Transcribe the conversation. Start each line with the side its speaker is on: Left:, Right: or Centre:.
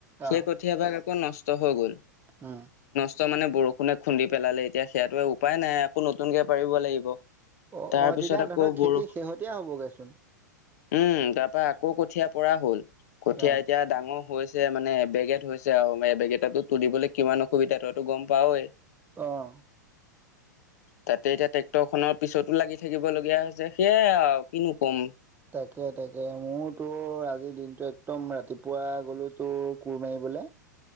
Left: সেই
Right: অ
Left: কঠীয়া ভাগ আকৌ নষ্ট হৈ গ'ল।
Right: উম,
Left: ব মানে বৰষুণে খুন্দি পেলালে এতিয়া সেইয়াটোৱে উপায় নাই আকৌ নতুনকে পাৰিব লাগিব।
Right: অ, অ,
Left: তাৰ পিছত
Right: তেতিয়া
Left: আকৌ
Right: ধৰক
Left: বৰষ
Right: খেতি শেহতীয়া হবগৈচোন।
Left: উম, তাৰ পৰা আকৌ কঠীয়া পৰা হল কঠীয়া
Right: অ
Left: এতিয়া ডাঙৰ হৈছে মানে বেগ এত হৈছে আৰু বেগ এটা তুলিবলৈ কিমান অসুবিধা তইতটো গম পাৱৱেই।
Right: আহ।
Left: তাতে এতিয়া ট্ৰেক্টৰ খনৰ পিছতো লাগি থাকিব লগগীয়া হৈছে সেয়াই আৰু কিনো কম।
Right: তাকে তাকে মোৰ তোৰ আজিৰ দিনটো একদম ৰাতিপুৱা গ'লো তোৰ কোৰ মাৰিবলৈ।